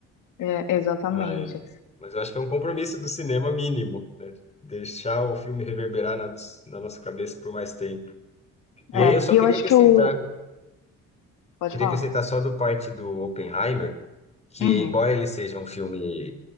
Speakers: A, on the left; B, on the left.
A: é, exatamente.
B: Mas, mas eu acho que é um compromisso do cinema mínimo, né? Deixar o filme reverberar na, na nossa cabeça por mais tempo. E
A: É,
B: aí eu só
A: e
B: queria
A: eu acho
B: acrescentar,
A: que o. Pode
B: queria
A: falar?
B: acrescentar só do parte do Oppenheimer, que
A: Uhum.
B: embora ele seja um filme,